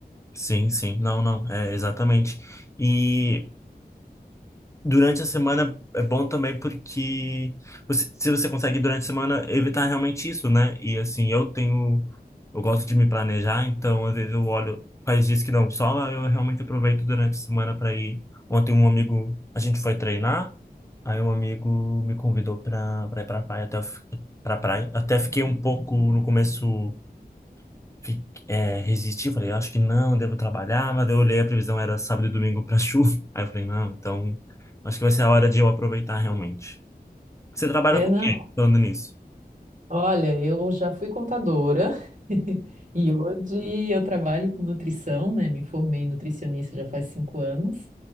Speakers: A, on the left (about 15°); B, on the right (about 50°).
A: sim, sim. Não, não, é exatamente. E. Durante a semana é bom também porque você- se você consegue durante a semana evitar realmente isso, né? E assim, eu tenho, eu gosto de me planejar, então às vezes eu olho quais dias que não sol, eu realmente aproveito durante a semana para ir. Ontem um amigo, a gente foi treinar, aí um amigo me convidou para para ir para praia até eu fi- pra praia. Até fiquei um pouco no começo fi- é, resisti, falei, acho que não, devo trabalhar, mas daí eu olhei a previsão era sábado e domingo para <laughs> chuva. Aí eu falei, não, então acho que vai ser a hora de eu aproveitar realmente. Você trabalha
B: É,
A: com
B: não.
A: o quê? Falando nisso.
B: Olha, eu já fui contadora <laughs> e hoje eu trabalho com nutrição, né? Me formei em nutricionista já faz cinco anos